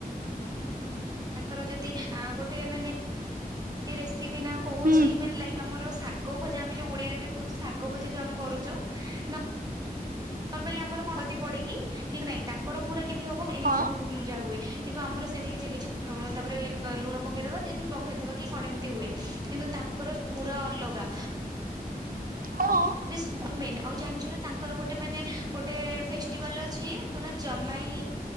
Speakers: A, on the right; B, on the right.
A: ତାଙ୍କର ଯଦି ଗୋଟେ ମାନେ ରେସିପି ନା କହୁଛି
B: ହୁଁ
A: ମାନେ ଲାଇକ୍ ତ ଆମର ଶାଗ ଭଜା ଆମେ ଯୋଉ ଓଡିଆରେ କହୁଛୁ ଶାଗ ଭଜା ଯୋଉ ଆମେ କରୁଛୁ ନ ନରମାଲି ଆମର କଣ ହଳଦୀ ପଡକି କି ନାଇଁ ତାଙ୍କର ପୁରା କେମିତି ହବ ଏମିତି
B: ହଁ
A: ମୁ ଯା ହୁଏ। କିନ୍ତୁ ଆମର ସେମିତି କିଛି କିଛି ତାପରେ ଲୁଣ ପକେଇଦବା ଦେନ୍ ବଘାରି ଦବା କି କଣ ଏମିତି ହୁଏ କିନ୍ତୁ ତା ତାଙ୍କର ପୁରା ଅଲଗା।
B: ହଁ ହଁ
A: ସୁପିରମେନ୍ ଆଉ ଜାଣିଛ ନା ତାଙ୍କର ଗୋଟେ ମାନେ ଗୋଟେ ଫେଷ୍ଟିଭାଲ ଅଛି କଣ ଜମାଇ